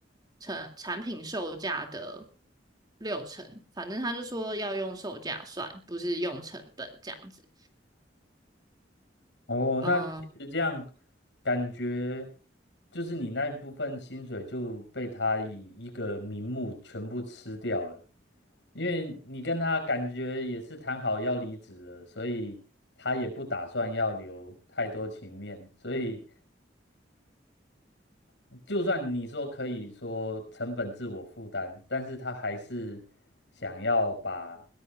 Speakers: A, on the right; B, on the left.
A: 成产品售价的六成，反正他就说要用售价算，不是用成本这样子。
B: 哦，
A: 嗯、
B: 那其实这样感觉就是你那一部分薪水就被他以一个名目全部吃掉了，因为你跟他感觉也是谈好要离职了，所以他也不打算要留太多情面，所以。就算你说可以说成本自我负担，但是他还是想要把